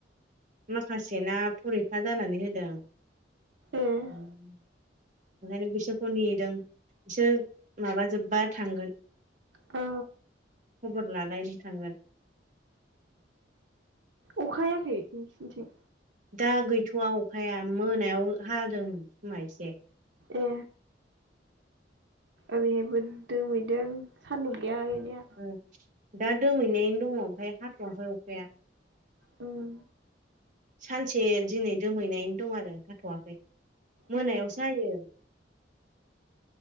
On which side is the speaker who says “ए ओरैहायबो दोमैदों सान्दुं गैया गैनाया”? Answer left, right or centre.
Right